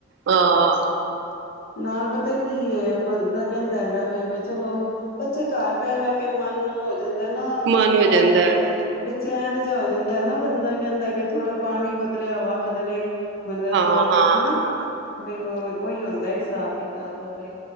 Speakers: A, on the right; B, on the left.
A: ਹਾਂ,
B: ਨਾਲ ਪਤਾ ਕੀ ਏ ਬੰਦਾ ਕਹਿੰਦਾ ਹੈਗਾ ਵੀ ਚਲੋ, ਬਚੇ ਘਰ ਬੈ -ਬੈ ਕੇ ਮਨ ਜਾਂਦਾ ਨਾ।
A: ਮਨ ਹੋ
B: ਉਹ
A: ਜਾਂਦਾ ਹੈ
B: ਬੇਚੈਨ ਆ ਜਾਂਦਾ ਨਾ ਬੰਦਾ ਕਹਿੰਦਾ ਕਿ ਥੋੜਾ ਪਾਣੀ ਬਦਲੇ, ਹਵਾ ਬਦਲੇ ਬੰਦੇ ਦਾ
A: ਹਾਂ
B: ਥੋੜਾ ਜਿ,
A: ਹਾਂ
B: ਹੈਨਾ, ਬਈ ਹੋਰ ਔ ਹੀ ਹੁੰਦਾ। ਹਿਸਾਬ -ਕਿਤਾਬ ਔ ਦੋ ਹੀ